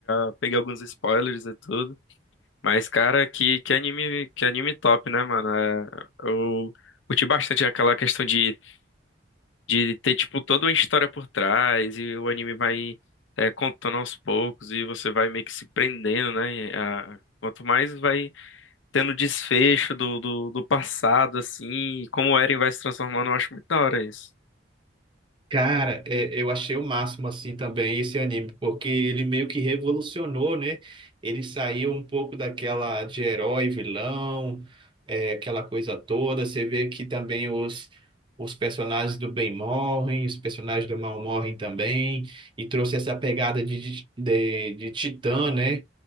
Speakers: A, on the left; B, on the right.
A: já peguei alguns spoilers e tudo. Mas, cara, que, que anime, que anime top, né, mano? É, eu curti bastante aquela questão de de ter, tipo, toda uma história por trás e o anime vai é, contando aos poucos e você vai meio que se prendendo, né? A- quanto mais vai tendo desfecho do, do, do passado, assim, e como o Eren vai se transformando, eu acho muito da hora isso.
B: Cara, é, eu achei o máximo assim também esse anime, porque ele meio que revolucionou, né? Ele saiu um pouco daquela de herói, vilão, é, aquela coisa toda. Você vê que também os, os personagens do bem morrem, os personagens do mal morrem também, e trouxe essa pegada de, de, de titã, né?